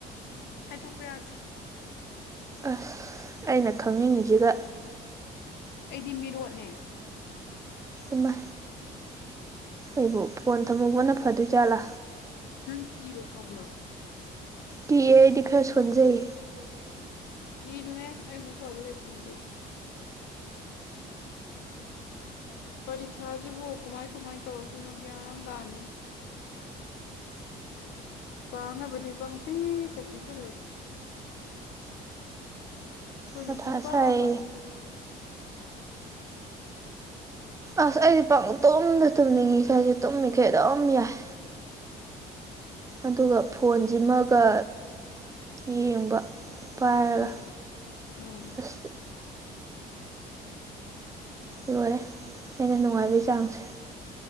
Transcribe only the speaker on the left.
ꯍꯥꯏꯗꯣꯛꯄ ꯌꯥꯗꯦ
ꯑꯩꯗꯤ ꯃꯤꯔꯣꯠꯅꯦ
ꯅꯪ ꯀꯤꯕ ꯐꯥꯎꯕ꯭ꯔꯣ
ꯀꯤꯅꯨꯍꯦ ꯑꯩ ꯑꯃꯨꯛ ꯐꯕ ꯂꯩꯄꯣꯟꯇꯦ ꯄꯔꯤꯈ꯭ꯌꯥꯁꯤꯕꯨ ꯀꯃꯥꯏ ꯀꯃꯥꯏ ꯇꯧꯔꯛꯇꯣꯏꯅꯣ ꯒ꯭ꯌꯥꯟ ꯑꯃ ꯇꯥꯗꯦ ꯄꯥꯅꯕꯗꯤ ꯄꯪꯄꯤꯗ ꯄꯤꯁꯜꯂꯦ ꯑꯩꯈꯣꯏꯅ
ꯁꯣꯡꯄ
ꯄꯥꯅꯤꯡꯗꯅ
ꯑꯥ ꯑꯥ